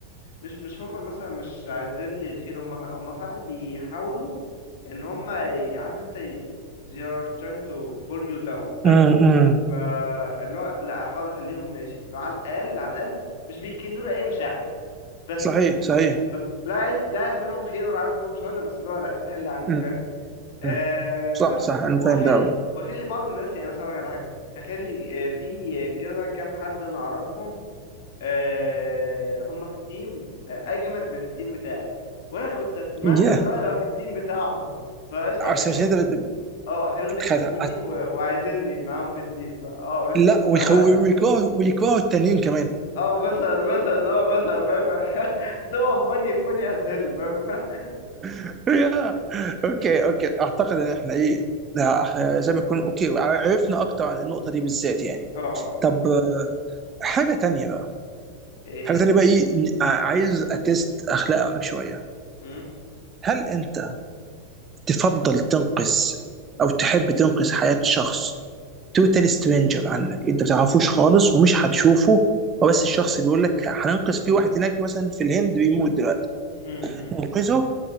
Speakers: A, on the left (about 55°); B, on the right (about 20°).
A: مش مش هما مثلا مش عايزين لي الخير هما فع- هما فعلا بيحاولوا إن هما ي- عارف أنت ي- they are trying to pull you down فاهم
B: امم
A: فاللي هو لأ أحاول أخليهم ماشي على الأقل على الأقل مش بيكنوا لي أي مشاعر بس
B: صحيح صحيح
A: بس لا عايز لا عايز منهم خير ولا عايز منهم شر بس اللي هو لا حل عني
B: أمم،
A: فاهم آه
B: أمم. صح
A: بس
B: صح انا
A: وهخلي
B: فاهم ده قوي
A: وهخلي بعض الناس يعني مثلا أقول لك على حاجه هخلي آه في كده كام حد انا اعرفهم آه هم في تيم آه اجمد من التيم بتاعي وانا كنت اتمنى
B: ياه
A: ان انا ابقى في التيم بتاعهم فقشطه
B: عشان
A: اخليهم
B: مش انت بت- بت-
A: اه اخليهم
B: بتخدع.
A: بيحبوني و... وعايزيني معاهم في التيم فا اه قشطه
B: لا
A: <laughs>
B: ويخ- ويكرهوا ويكرهوا التانيين كمان
A: اه مثلا مثلا اه مثلا فاهم <laughs> هتبقى فوني فوني از هيل فاهم <laughs>
B: <laughs> يا. اوكي اوكي اعتقد ان احنا ايه لا، إحنا زي ما يكون اوكي عرفنا اكتر عن النقطه دي بالذات يعني
A: اه آه.
B: طب آه، حاجه تانية بقى
A: ايه هي
B: حاجه تانية بقى ايه ن- ع- عايز اتست اخلاقك شويه
A: مم؟
B: هل انت تفضل تنقذ او تحب تنقذ حياه شخص توتال سترينجر عنك انت ما تعرفوش خالص ومش هتشوفه هو بس الشخص
A: مم؟
B: بيقول لك هننقذ في واحد هناك مثلا في الهند بيموت دلوقتي
A: مم؟ مم؟
B: ننقذه